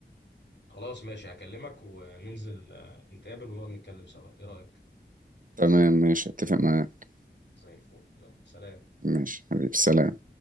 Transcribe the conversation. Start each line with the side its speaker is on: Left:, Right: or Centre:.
Left: خلاص ماشي هكلمك وننزل آه، نتقابل ونقعد نتكلم سوا ايه رايك
Right: تمام ماشي اتفق معاك
Left: زي الفل يلا سلام
Right: ماشي حبيبي سلام